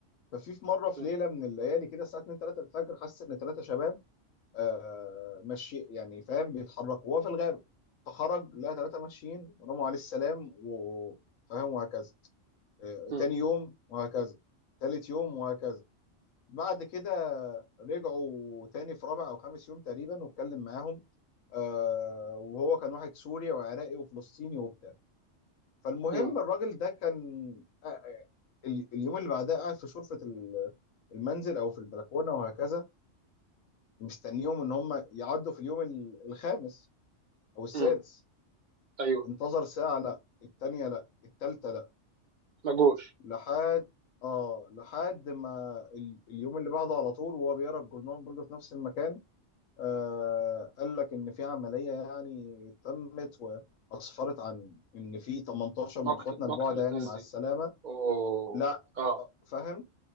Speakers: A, on the left; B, on the right.
A: ففي في مره في
B: مم.
A: ليله من الليالي كده الساعه 2 3 الفجر حس ان ثلاثه شباب آه ماشي يعني فاهم بيتحركوا وهو في الغابه فخرج لقى ثلاثه ماشيين رموا عليه السلام وفاهم وهكذا آه
B: مم.
A: تاني يوم وهكذا ثالث يوم وهكذا بعد كده رجعوا تاني في رابع او خامس يوم تقريبا واتكلم معاهم آه وهو كان واحد سوري وعراقي وفلسطيني وبتاع فالمهم
B: مم.
A: الراجل ده كان آه، آه، ال- اليوم اللي بعدها قاعد في شرفة ال- المنزل او في البلكونة وهكذا مستنيهم ان هم يعدوا في اليوم ال- الخامس او السادس
B: مم. ايوه
A: انتظر ساعة لا التانية لا التالتة لا
B: مجوش
A: لحد اه لحد ما ال- اليوم اللي بعده على طول وهو بيقرا الجورنال برضه في نفس المكان آه قال لك ان في عملية يعني تمت واسفرت عن ان في 18
B: مقتل
A: من اخواتنا
B: مقتل
A: البعدة
B: الناس
A: يعني مع
B: دي
A: السلامة
B: اوه
A: لا
B: اه
A: آه، فاهم